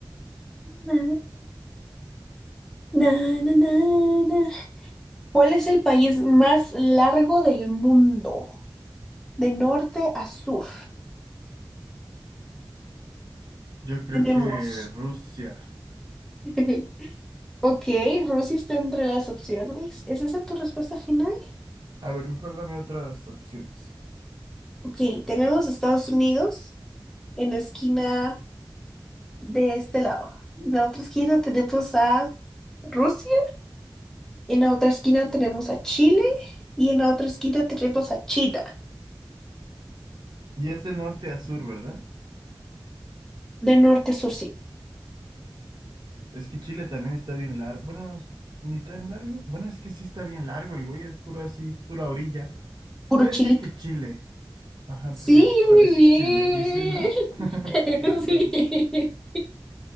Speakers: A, in the centre; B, on the right.
A: na, na, na, na, na. ¿Cuál es el país más largo del mundo? De norte a sur.
B: Yo creo
A: Tenemos.
B: que Rusia.
A: <laughs> Ok, Rusia está entre las opciones. ¿Es esa tu respuesta final?
B: A ver, mejor dame otras opciones.
A: Ok, tenemos Estados Unidos en la esquina De este lado. En la otra esquina tenemos a Rusia, en la otra esquina tenemos a Chile y en la otra esquina tenemos a China.
B: Y es de norte a sur, ¿verdad?
A: De norte a sur, sí.
B: Es que Chile también está bien largo. Bueno, ni tan largo. Bueno, es que sí está bien largo el güey, es puro así, pura orilla.
A: Puro
B: Voy
A: chilito.
B: a decir que Chile. Ajá,
A: Sí,
B: porque es- parece
A: muy bien.
B: Chile. ¿Y sí, no? <laughs>
A: <laughs>
B: Ah, huevo.